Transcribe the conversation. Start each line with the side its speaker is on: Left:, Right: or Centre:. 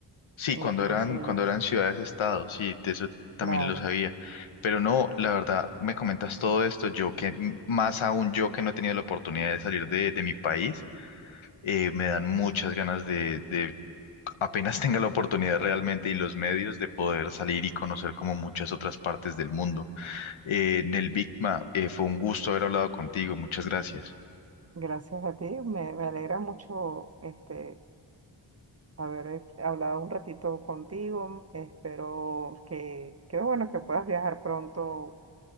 Left: Sí,
Right: Entonces,
Left: cuando eran, cuando eran ciudades-estados, sí, de eso también
Right: claro,
Left: lo sabía. Pero no, la verdad, me comentas todo esto, yo que, m- más aún yo que no he tenido la oportunidad de salir de, de mi país, eh, me dan muchas ganas de, de, apenas <laughs> tenga la oportunidad realmente y los medios de poder salir y conocer como muchas otras partes del mundo. Eh, Nel Bigma, eh, fue un gusto haber hablado contigo, muchas gracias.
Right: gracias a ti, me, me alegra mucho este, haber eh, hablado un ratito contigo. Espero que, qué bueno que puedas viajar pronto,